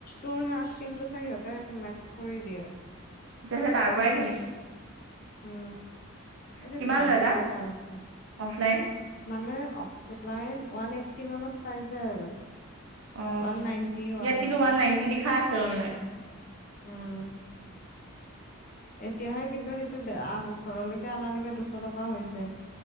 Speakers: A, on the left (about 40°); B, on the right (about 65°).
A: তোৰ হা স্কিনটো চাই সিহঁতে মেটচ কৰি দিয়ে।
B: তেতিয়া হলে তাৰ পৰাই কিনিম।
A: উম এদিন
B: কিমান
A: যাম
B: লয় তাত
A: ৰ টাইম আছে।
B: অফলাইন
A: মানে অফলাইন ওৱান এইটটি মানত পাই যায় আৰু।
B: অঁ
A: ওৱান নাইনটি,
B: ইয়াত কিন্তু
A: এইট্টি।
B: ওৱান নাইণ্টি লিখা আছে অনলাইন।
A: উম। এতিয়াহে কিন্তু সেইটো বেয়া ঘৰলৈকে অনালৈকে দুশ টকা হৈছে।